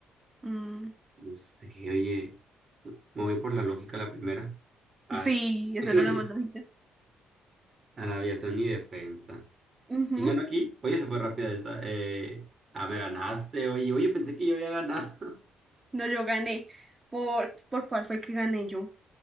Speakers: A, on the right (about 20°); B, on the right (about 35°).
A: Mm,
B: no sé, oye, me voy por la lógica la primera. A,
A: sí, esa
B: <laughs>
A: era la más lógica.
B: a la aviación y defensa.
A: Ujú.
B: ¿Quién ganó aquí? Oye, se fue rápida esta. Eh, ah, me ganaste, oye. Oye, pensé que yo había ganado. <laughs>
A: No, yo gané. ¿Por, por cuál fue que gané yo?